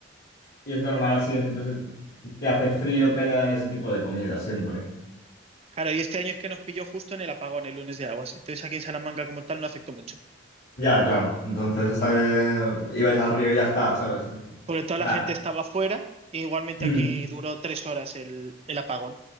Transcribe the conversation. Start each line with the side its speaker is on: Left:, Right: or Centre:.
Left: y es normal así en sitios en- que hace frío que haya ese tipo de comida siempre.
Right: Claro, y este año es que nos pilló justo en el apagón, el lunes de aguas. Entonces aquí en Salamanca como tal no afectó mucho.
Left: Ya, claro. Entonces está, eh, ibais al río y ya está, ¿sabes?
Right: Porque toda la
Left: Va.
Right: gente estaba fuera. e igualmente
Left: Mm,
Right: aquí duró tres horas el, el apagón.